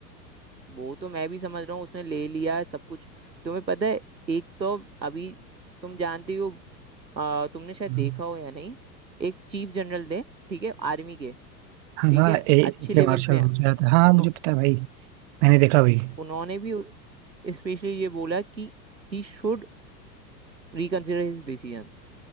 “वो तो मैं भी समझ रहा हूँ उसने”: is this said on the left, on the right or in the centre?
Right